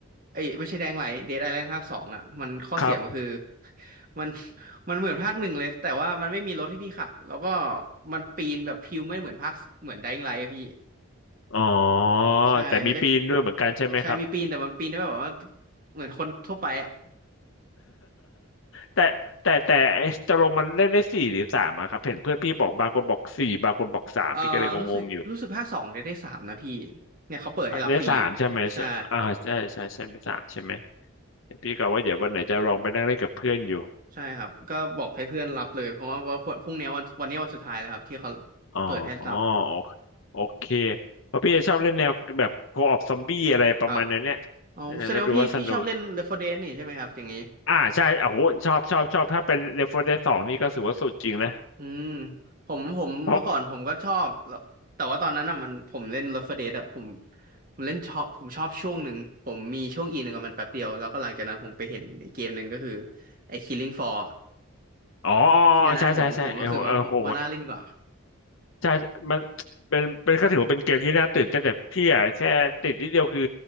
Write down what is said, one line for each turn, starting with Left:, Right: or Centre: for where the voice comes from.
Right: เอ้ยไม่ใช่แดงไลน์เดดไอแลนด์ภาคสองอะมันข้อเสียมันคือ
Left: ครับ
Right: <laughs> มันมันเหมือนภาคหนึ่งเลยแต่ว่ามันไม่มีรถให้พี่ขับแล้วก็มันปีนแบบพิวไม่เหมือนภาคเหมือนไดน์ไลน์อะพี่
Left: อ๋อ
Right: ใช่มันก็
Left: แต่มีปีนด้วยเหมือนกันใช่ไหมครับ
Right: ใช่มีปีนแต่มันปีนได้แบบว่าเหมือนคนทั่วไปอะ
Left: แต่แต่แต่ไอ้ตกลงมันเล่นได้สี่หรือสามอะครับเห็นเพื่อนพี่บอกบางคนบอกสี่บางคนบอกสามพี่ก็เลยงงๆอยู่
Right: เออรู้สึกรู้สึกภาคสองจะได้สามนะพี่เนี่ยเขาเปิดให้รับฟรีอยู่ใช่
Left: ได้สามใช่ไหมใช่อ่าใช่ใช่ใช่ไม่สามใช่ไหมพี่ก็ว่าเดี๋ยววันไหนจะลองไปนั่งเล่นกับเพื่อนอยู่
Right: ใช่ครับก็บอกให้เพื่อนรับเลยเพราะว่าว่าพรุ่งนี้วันวันนี้วันสุดท้ายแล้วครับที่เขา
Left: อ๋อ
Right: เปิดให้รับ
Left: โอโอเคเพราะพี่จะชอบเล่นแนวแบบโคออปซอมบี้อะไรประมาณนั้นเนี่ยเออแล้วดูว่าสนุก
Right: ครับอ๋อแสดงว่าพี่พี่ชอบเล่น Left 4 Dead นี่ใช่ไหมครับอย่างนี้
Left: อ่าใช่โอ้โหชอบชอบชอบถ้าเป็นเรฟเฟอร์เรนสองนี่ก็ถือว่าสุดจริงนะ
Right: อืมผมผมเมื่อก่อนผมก็ชอบแล้วแต่ว่าตอนนั้นอ่ะมันผมเล่น
Left: เพราะ
Right: Left 4 Dead อ่ะผมผมเล่นชอบผมชอบช่วงหนึ่งผมมีช่วงอินกับมันแป๊บเดียวแล้วก็หลังจากนั้นผมไปเห็นไอ้เกมหนึ่งก็คือไอ้ Killing Floor อะ
Left: อ๋ออ๋ออ๋อใช่ใช่ใช่เออโเอ้โห
Right: ที่อันนั้นอะผมผมรู้สึกว่าผมว่าน่าเล่นกว่า
Left: ใช่มันเป็นเป็นก็ถือว่าเป็นเกมที่น่าตื่นเต้นแต่พี่อะแค่ติดนิดเดียวคือ